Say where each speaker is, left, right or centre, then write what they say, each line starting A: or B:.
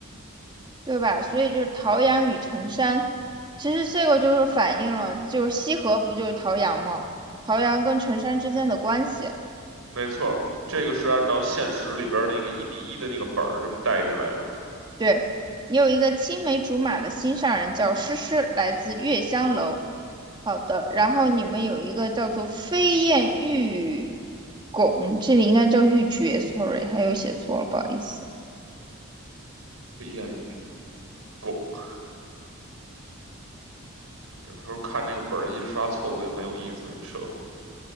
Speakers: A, on the right; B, on the right.
A: 对吧？所以就是陶阳与陈山，其实这个就是反映了，就是西河不就是陶阳吗？陶阳跟陈山之间的关系。
B: 没错这个是按照现实里边儿那个一比一的那个本儿这么带进来的吗？
A: 对，你有一个青梅竹马的心上人叫诗诗，来自月香楼。好的，然后你们有一个叫做飞燕玉拱，这里应该叫玉珏，sorry，还有写错了，不好意思。
B: 飞燕与狗 <laughs> 有时候看那个本儿的印刷错误也很有意思，你知道吗？